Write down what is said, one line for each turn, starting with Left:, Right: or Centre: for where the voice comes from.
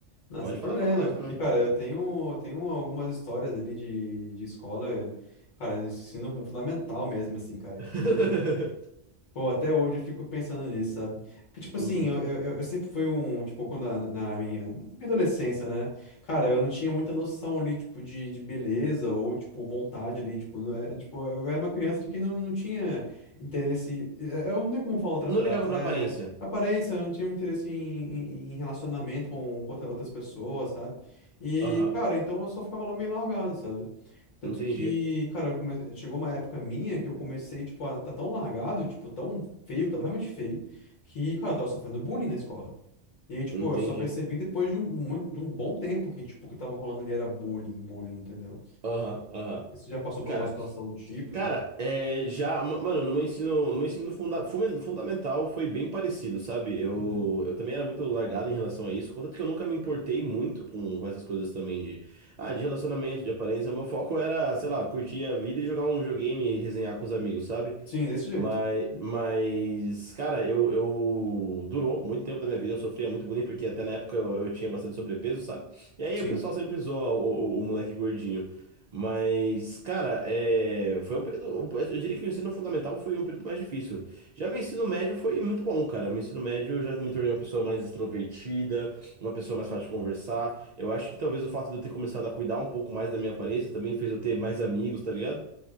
Left: Não,
Right: Pode
Left: sem problema.
Right: falar de faculdade
Left: Porque,
Right: também.
Left: cara, eu tenho, tenho algumas histórias ali de, de escola, cara, ensino fundamental mesmo, assim, cara,
Right: <laughs>
Left: que. Pô, até hoje eu fico pensando nisso, sabe? Que, tipo
Right: Uhum.
Left: assim, eu, eu, eu eu sempre fui um, tipo, quando na, na- na minha, na minha adolescência, né? Cara, eu não tinha muita noção ali, tipo, de, de beleza ou, tipo, vontade ali, tipo, não é, tipo, eu era uma criança que não, não tinha interesse, é- é, eu não tenho como falar outra
Right: Não
Left: frase,
Right: ligava pra
Left: é
Right: aparência.
Left: aparência, eu não tinha muito interesse em, em, em relacionamento com, com outra- outras pessoas, sabe? E,
Right: Aham.
Left: cara, então eu só ficava lá meio largado, sabe? Tanto
Right: Entendi.
Left: que, cara, eu come... chegou uma época minha que eu comecei, tipo, a tá tão largado, tipo, tão feio, tava realmente feio, que, cara, eu tava sofrendo bullying na escola. E aí, tipo,
Right: Entendi.
Left: eu só percebi depois de um, mui- de um bom tempo que, tipo, o que tava rolando ali era bullying, bullying, entendeu?
Right: Aham, aham.
Left: Você já passou por
Right: Cara,
Left: uma situação do tipo
Right: Cara,
Left: e tal?
Right: é, já, ma- mano, no meu ensino, no meu ensino funda- fumen- fundamental foi bem parecido, sabe? Eu,
Left: Uhum.
Right: eu também era muito largado em relação a isso, contanto que eu nunca me importei muito com, com essas coisas também de, ah, de relacionamento, de aparência. O meu foco era, sei lá, curtir a vida e jogar um videogame e resenhar com os amigos, sabe?
Left: Sim, desse jeito.
Right: Mas,
Left: Uhum.
Right: mas, cara, eu, eu durou muito tempo da minha vida, eu sofria muito bullying, porque até na época eu, eu tinha bastante sobrepeso, sabe? E aí
Left: Sim.
Right: o pessoal sempre zoa o, o, o moleque gordinho. Mas, cara, é, foi um período. Eu diria que o ensino fundamental foi um período mais difícil. Já meu ensino médio foi muito bom, cara. Meu ensino médio eu já me tornei uma pessoa mais extrovertida, uma pessoa mais fácil de conversar. Eu acho que talvez o fato de eu ter começado a cuidar um pouco mais da minha aparência também fez eu ter mais amigos, tá ligado?